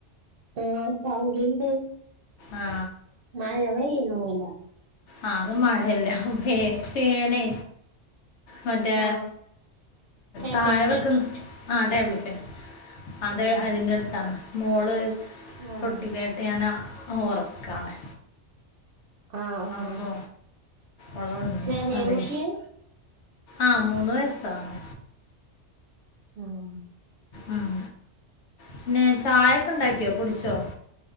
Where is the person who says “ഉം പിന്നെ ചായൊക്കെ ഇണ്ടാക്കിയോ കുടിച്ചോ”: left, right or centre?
Left